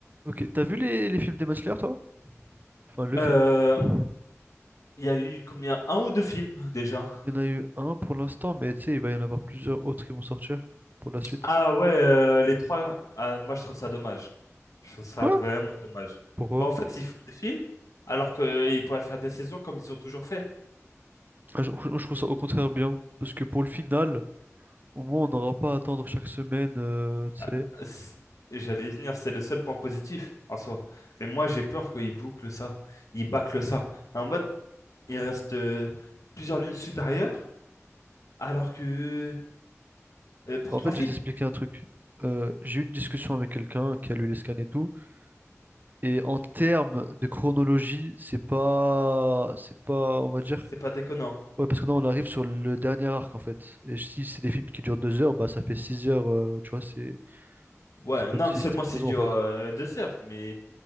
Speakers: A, on the right; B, on the left.
A: Ok, t'as vu les, les films Demon Slayer, toi? Enfin, le film.
B: Euh,
A: Il
B: il y a eu combien? Un ou deux films déjà?
A: y en a eu un pour l'instant, mais tu sais, il va y en avoir plusieurs autres qui vont sortir pour la suite.
B: Ah ouais, euh, les trois. Ah, moi, je trouve ça dommage. Je trouve ça
A: Quoi?
B: vraiment dommage.
A: Pourquoi?
B: Bah, en fait, ils font des films alors qu'ils pourraient faire des saisons comme ils ont toujours fait.
A: Ah, je, je trouve ça au contraire bien, parce que pour le final, au moins, on n'aura pas à attendre chaque semaine, euh, tu
B: Ah,
A: sais.
B: c'est- et J'allais y venir, c'est le seul point positif en soi. Mais moi, j'ai peur qu'ils bouclent ça. Ils bâclent ça. En mode, il reste euh, plusieurs lunes supérieures alors que euh, pour
A: En
B: trois
A: fait,
B: films.
A: je vais t'expliquer un truc. Euh, j'ai eu une discussion avec quelqu'un qui a lu les scans et tout, et en termes de chronologie, c'est pas, c'est pas, on va dire.
B: C'est pas déconnant.
A: Ouais, parce que non, on arrive sur le dernier arc en fait. Et si c'est des films qui durent deux heures, bah ça fait six heures, euh, tu vois, c'est
B: Ouais,
A: c'est comme
B: non,
A: si
B: mais seulement
A: c'était une
B: c'est
A: saison
B: dure
A: en fait.
B: euh, deux heures. Mais